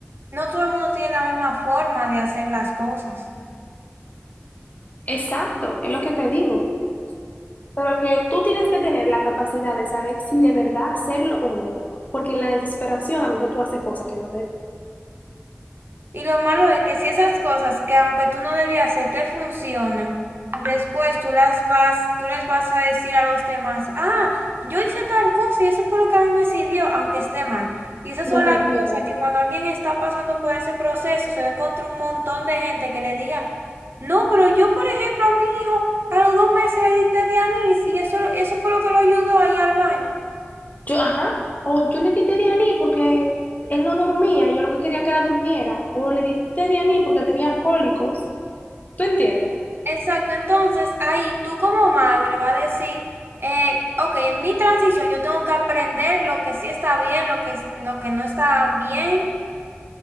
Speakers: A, on the right (about 55°); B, on the left (about 40°).
A: No todo el mundo tiene la misma forma de hacer las cosas.
B: Exacto, es lo que te digo. Pero que tú tienes que tener la capacidad de saber si de verdad hacerlo o no. Porque en la desesperación a veces tú haces cosas que no debes.
A: Y lo malo es que si esas cosas que aunque tú no debías hacer te funcionan, después tú las vas, tú les vas a decir a los demás, ah, yo hice tal cosa y eso fue lo que a mí me sirvió, aunque esté mal. Y esas
B: Lo
A: son
B: repito.
A: las cosas que cuando alguien está pasando por ese proceso, se va a encontrar un montón de gente que le diga, no, pero yo, por ejemplo, a mi hijo a los dos meses le diste de anís y eso, eso fue lo que lo ayudó a ir al baño.
B: Yo, ajá, o yo le di Dianí porque él no dormía, yo lo que quería que era durmiera, o le di Dianí porque tenía cólicos, ¿tú entiendes?
A: Exacto, entonces ahí tú como madre vas a decir, eh, ok, en mi transición yo tengo que aprender lo que sí está bien, lo que, es- lo que no está bien